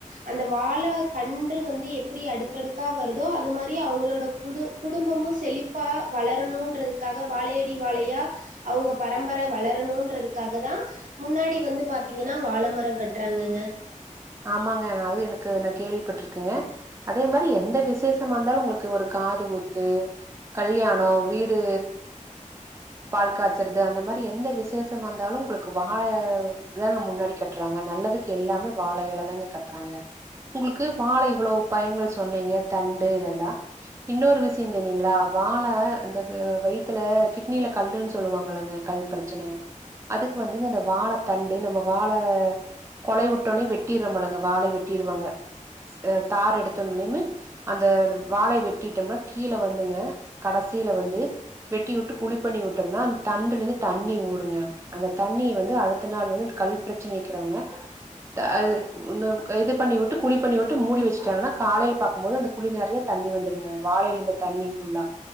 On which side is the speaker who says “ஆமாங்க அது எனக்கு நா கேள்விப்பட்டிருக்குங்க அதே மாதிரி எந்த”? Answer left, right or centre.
Right